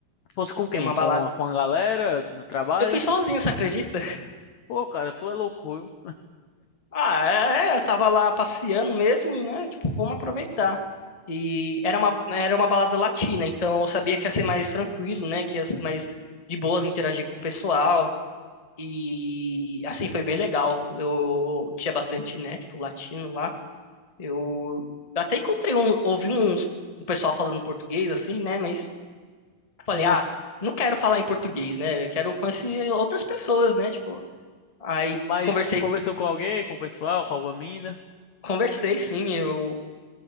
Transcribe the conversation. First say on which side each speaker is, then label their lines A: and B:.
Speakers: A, on the left; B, on the left.
A: Fosse com quem?
B: É uma balada
A: Com a, com a galera do trabalho?
B: Eu fui sozinho, você acredita? <laughs>
A: Pô, cara, tu é louco, viu?
B: Ah, é, é, eu tava lá passeando mesmo, né? Tipo, vamos aproveitar. E era uma, era uma balada latina, então eu sabia que ia ser mais tranquilo, né? Que ia ser mais de boas interagir com o pessoal. E assim foi bem legal. Eu tinha bastante, né? Tipo, latino lá. Eu até encontrei um, ouvi uns, um pessoal falando português, assim, né? Mas eu falei,
A: Não,
B: ah, não quero falar em português, né? Eu quero conhecer outras pessoas, né? Tipo, aí.
A: mas
B: Conversei
A: conversou com alguém, com o pessoal, com alguma mina?
B: Conversei, sim. Eu,